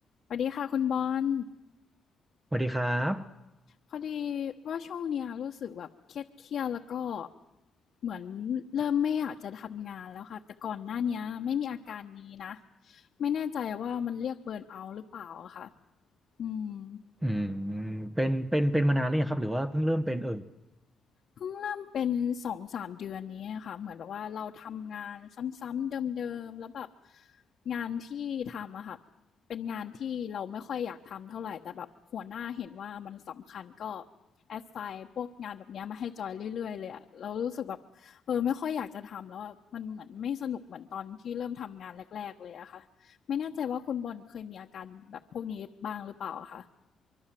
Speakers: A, on the left (about 55°); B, on the right (about 20°).
A: สวัสดีค่ะคุณบอล
B: สวัสดีครับ
A: พอดีว่าช่วงเนี้ยรู้สึกแบบเครียดเครียดแล้วก็เหมือนเริ่มไม่อยากจะทำงานแล้วค่ะแต่ก่อนหน้าเนี้ยไม่มีอาการนี้นะไม่แน่ใจว่ามันเรียกเบิร์นเอาท์หรือเปล่าอะค่ะอืม
B: อืมเป็นเป็นเป็นมานานหรือยังครับ หรือว่าเพิ่งเริ่มเป็นเอ่ย
A: เพิ่งเริ่มเป็น2-3เดือนนี้อะค่ะเหมือนแบบว่าเราทำงานซ้ำๆเดิมๆแล้วแบบงานที่ทำอะค่ะเป็นงานที่เราไม่ค่อยอยากทำเท่าไรแต่แบบหัวหน้าเห็นว่ามันสำคัญก็ assign พวกงานแบบเนี้ยมาให้จอยเรื่อยๆเลยอะเรารู้สึกแบบเออไม่ค่อยอยากจะทำแล้วอะมันเหมือนไม่สนุกเหมือนตอนที่เริ่มทำงานแรกๆเลยอะค่ะไม่แน่ใจว่าคุณบอลเคยมีอาการแบบพวกนี้บ้างหรือเปล่าอะคะ